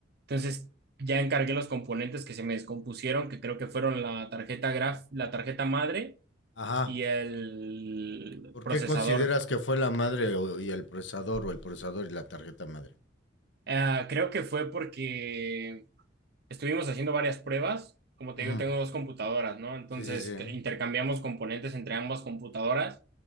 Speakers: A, on the right; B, on the left.
A: Entonces, ya encargué los componentes que se me descompusieron, que creo que fueron la tarjeta graf, la tarjeta madre
B: Ajá.
A: y el
B: ¿Por
A: procesador.
B: qué consideras que fue la madre o- y el procesador o el procesador y la tarjeta madre?
A: Ah, creo que fue porque estuvimos haciendo varias pruebas. Como te
B: Ujú.
A: digo, tengo dos computadoras, ¿no? Entonces
B: Sí, sí, sí.
A: que- intercambiamos componentes entre ambas computadoras